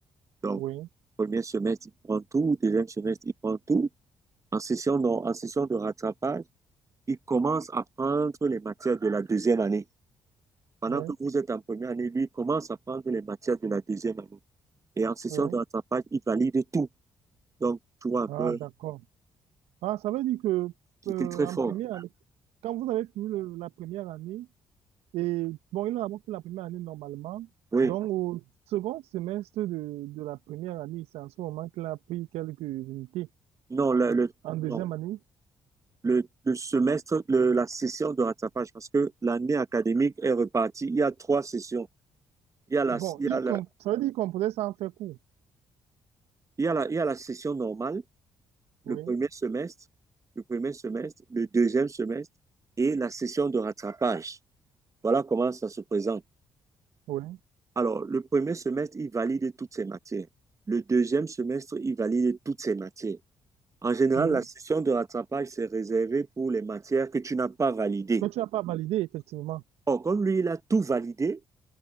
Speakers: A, on the right; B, on the right.
A: Donc,
B: Oui,
A: premier semestre, il prend tout, deuxième semestre, il prend tout. En session, non, en session de rattrapage, il commence à prendre les matières de la deuxième année. Pendant
B: oui,
A: que vous êtes en première année, lui il commence à prendre les matières de la deuxième année. Et en session
B: oui.
A: de rattrapage, il valide tout. Donc, tu vois un
B: Ah,
A: peu,
B: d'accord. Ah, ça veut dire que
A: c'était
B: euh,
A: très fort.
B: en première année, quand vous avez fini le- la première année, et bon, il a d'abord fait la première année normalement,
A: Oui,
B: donc au second semestre de, de la première année, c'est en ce moment qu'il a pris quelques unités
A: non, le, le-
B: en deuxième
A: non.
B: année.
A: Le, le semestre, le- la session de rattrapage, parce que l'année académique est repartie. Il y a trois sessions. Il y a la,
B: Bon,
A: il y
B: il
A: a la,
B: comp- ça veut dire qu'il composait sans faire cours.
A: il y a la, il y a la session normale,
B: Oui,
A: le premier semestre, le premier semestre, le deuxième semestre et la session de rattrapage. Voilà comment ça se présente.
B: oui,
A: Alors, le premier semestre, il valide toutes ses matières. Le deuxième semestre, il valide toutes ses matières. En général,
B: oui.
A: la session de rattrapage, c'est réservé pour les matières que tu n'as pas validées.
B: Que tu n'as pas validé, effectivement.
A: Or, comme lui, il a tout validé,